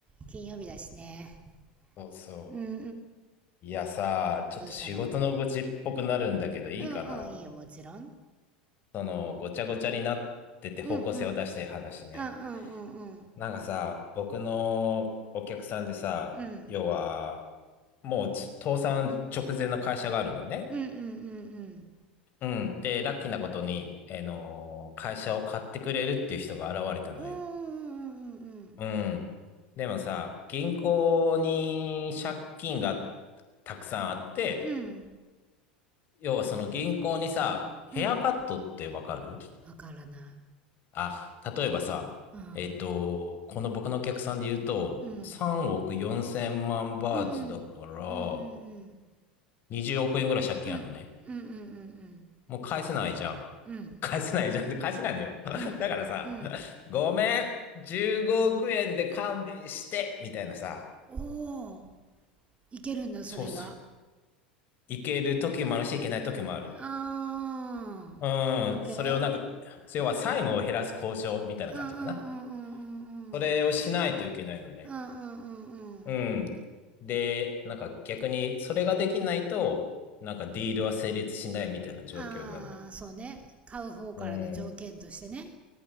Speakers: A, on the right; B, on the left.
A: 金曜日だしね。
B: そうそ
A: うんうん
B: う。いやさ、ちょっと仕事の愚痴っぽくなるんだけど、
A: うん。どうしたの
B: いいかな。
A: うんうん、いいよ、もちろん。
B: その、ごちゃごちゃになってて方向性を出してい話ね。
A: うんうん。あうんうんうん。
B: なんかさ、僕のお客さんでさ、
A: うん。
B: 要は、もうつ倒産直前の会社があるのね。
A: うんうんうんうん。
B: うん。で、ラッキーなことに、あのー会社を買ってくれるっていう人が現れたのよ。
A: うんうんうん
B: うん。でもさ、銀行に借金がたくさんあって、
A: うん。うん。
B: 要はその銀行にさ、ヘアカットってわかる
A: うん。わからない。
B: あ、例えばさ、
A: うん。
B: えっと、この僕のお客さんで言うと、
A: うん。
B: 3億4千万バーツだから、
A: うんうん。うんうん
B: 20億円ぐらい借金あるのね。
A: うん。うん。うんうんうんうん。
B: もう返せないじゃん。
A: うん。
B: 返せないじゃん。で、返せないのよ。<laughs>
A: うんうん
B: だからさ、ごめん、15億円で勘弁して、みたいなさ、
A: おおいけるんだそれが
B: そうそう。いける時もあるし、いけない時もある。
A: あ
B: うん、
A: ー OK
B: それをなんか、要は債務を減らす交渉みたいな感じかな。
A: うんうんうんうん
B: それをしないといけないのね。
A: うんうんうんうんうんうん
B: うん。で、なんか逆にそれができないと、なんかディールは成立しないみたいな状況なのよ。
A: ああそうね買う方からの条件としてね
B: うん。